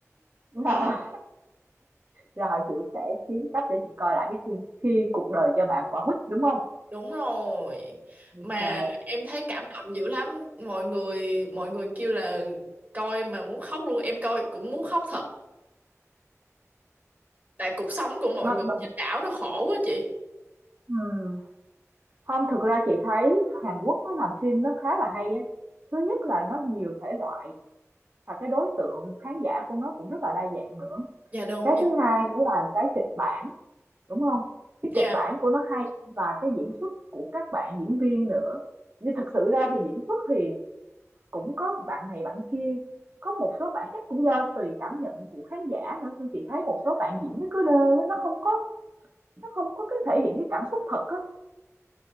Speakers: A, on the right (about 50°); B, on the right (about 30°).
A: rồi rồi chị sẽ kiếm cách để chị coi lại cái phim khi cuộc đời cho bạn quả quýt đúng không
B: đúng rồi mà
A: ok
B: em thấy cảm động dữ lắm mọi người mọi người kêu là coi mà muốn khóc luôn em coi cũng muốn khóc thật tại cuộc sống của mọi
A: nó,
B: người
A: nó
B: trên đảo nó khổ quá chị
A: ừ. không thực ra chị thấy Hàn Quốc nó làm phim nó khá là hay á. Thứ nhất là nó nhiều thể loại và cái đối tượng khán giả của nó cũng rất là đa dạng nữa.
B: dạ đúng
A: Cái
B: vậy
A: thứ hai nữa là cái kịch bản, đúng không Cái
B: dạ
A: kịch bản của nó hay và cái diễn xuất của các bạn diễn viên nữa. Nhưng thực sự ra thì diễn xuất thì cũng có bạn này bạn kia, có một số bạn chắc cũng do tùy cảm nhận của khán giả nữa, nhưng chị thấy một số bạn diễn nó cứ đơ á, nó không có nó không có cái thể hiện cái cảm xúc thật á.